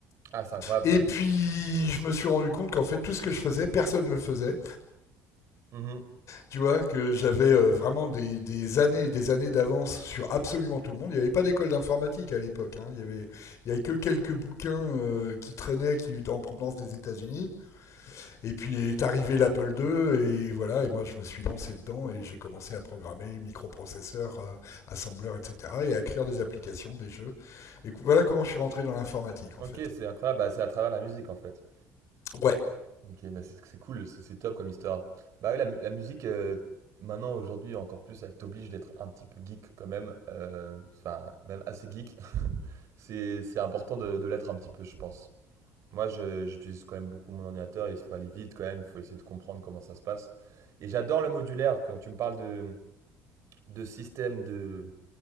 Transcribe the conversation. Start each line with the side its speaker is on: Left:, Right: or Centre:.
Right: Ah, c'est incroyable
Left: Et
Right: ça.
Left: puis je me suis rendu compte qu'en fait tout ce que je faisais, personne ne le faisait.
Right: Mmh
Left: tu vois, que j'avais euh, vraiment des, des années et des années d'avance sur absolument tout le monde. Il n'y avait pas d'école d'informatique à l'époque. hein. Il y avait, il y avait que quelques bouquins euh, qui traînaient, qui en provenance des États-Unis. Et puis est arrivé l'Apple II et voilà. Et moi, je me suis lancé dedans et j'ai commencé à programmer microprocesseurs, euh, assembleurs, etc. Et à écrire des applications, des jeux. Et cou- voilà comment je suis rentré dans l'informatique
Right: OK,
Left: en fait.
Right: c'est incroyable, bah, c'est à travers la musique, en fait.
Left: Ouais,
Right: OK, bah, c'est c'est cool, c'est c'est top comme histoire. Bah, ouais, la mu la musique, heu, maintenant, aujourd'hui, encore plus, elle t'oblige d'être un petit peu geek quand même, heu, enfin, même assez geek. <laughs> C'est c'est important de de l'être un petit peu, je pense. Moi, je j'utilise quand même beaucoup mon ordinateur et il faut aller vite quand même, il faut essayer de comprendre comment ça se passe et j'adore le modulaire. Quand tu me parles de de système de